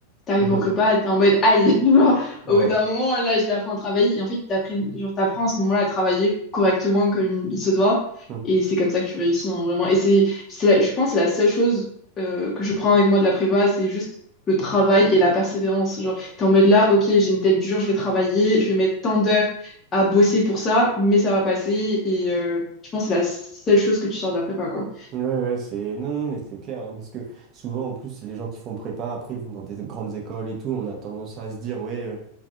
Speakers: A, on the left; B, on the right.
A: T'arrives
B: Mhm.
A: en prépa, t'es en mode aïe. <laughs> Genre,
B: Ouais.
A: au bout d'un moment, là, je t'apprends à travailler. Et en fait, t'apprends, genre, t'apprends à ce moment-là à travailler correctement comme il se doit.
B: Mmh.
A: Et c'est comme ça que tu réussis, hein, vraiment. Et c'est, c'est la- je pense, la seule chose euh, que je prends avec moi de la prépa, c'est juste le travail et la persévérance. Genre, t'es en mode là, ok, j'ai une tête dure, je vais travailler, je vais mettre tant d'heures à bosser pour ça, mais ça va passer. Et euh, je pense que c'est la seule chose que tu sors de la prépa, quoi.
B: Ouais, ouais, c'est... Non, non, mais c'est clair, hein, parce que souvent, en plus, les gens qui font prépa, après, ils vont dans des grandes écoles et tout, on a tendance à se dire, ouais, euh,